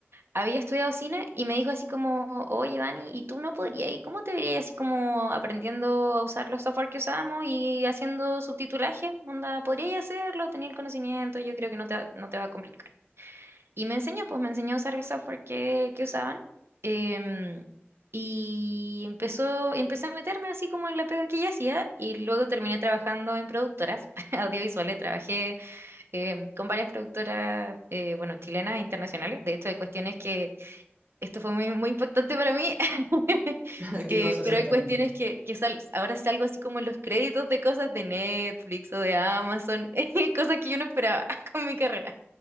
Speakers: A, on the right; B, on the right.
A: había estudiado cine y me dijo así como, oye Dani, ¿y tú no podrías? ¿Y cómo te verías así como aprendiendo a usar los software que usamos y haciendo subtitulaje? Onda, ¿podrías hacerlo? Tenía el conocimiento, yo creo que no te, va- no te va a complicar. Y me enseñó, pues me enseñó a usar el software que, que usaban. em, y empezó, empecé a meterme así como en la pega que ella hacía. Y luego terminé trabajando en productoras <laughs> audiovisuales. Trabajé em, con varias productoras, eh, bueno, chilenas e internacionales. De hecho, hay cuestiones que, esto fue muy, muy impactante para mí. <laughs>
B: <laughs> ¿Qué
A: eh,
B: cosa sí,
A: pero
B: exactamente?
A: hay cuestiones que, que sal- ahora salgo así como en los créditos de cosas de Netflix o de Amazon, <laughs> cosas que yo no esperaba <laughs> con mi carrera.